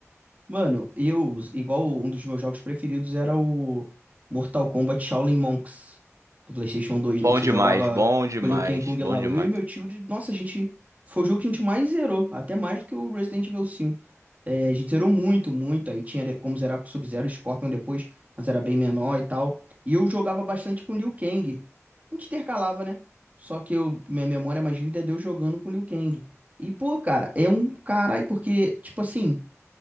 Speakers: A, on the right (about 30°); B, on the right (about 75°).
A: Mano, eu, igual um dos meus jogos preferidos era o Mortal Kombat Shaolin Monks do PlayStation 2,
B: Bom
A: né? Que você
B: demais,
A: jogava
B: bom demais,
A: com o Liu Kang e Kung
B: bom
A: Lao.
B: demais.
A: Eu e meu tio, de- nossa, a gente. Foi o jogo que a gente mais zerou, até mais do que o Resident Evil 5. É, a gente zerou muito, muito. Aí tinha como zerar com o Sub-Zero e Scorpion depois, mas era bem menor e tal. E eu jogava bastante com o Liu Kang. A gente intercalava, né? Só que eu, minha memória mais vívida é de eu jogando com o Liu Kang. E, pô, cara, é um caralho, porque, tipo assim.